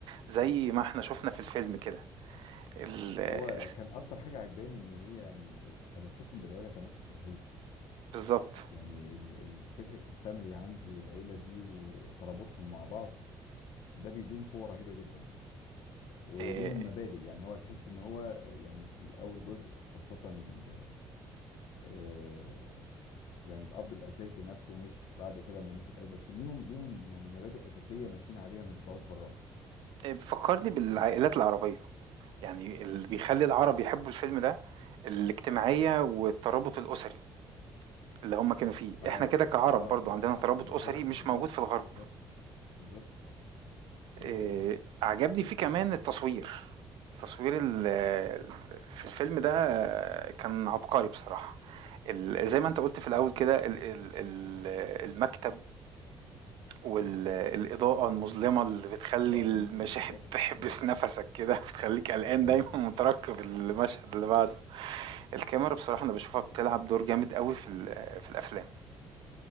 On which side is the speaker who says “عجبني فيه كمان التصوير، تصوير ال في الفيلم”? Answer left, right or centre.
Right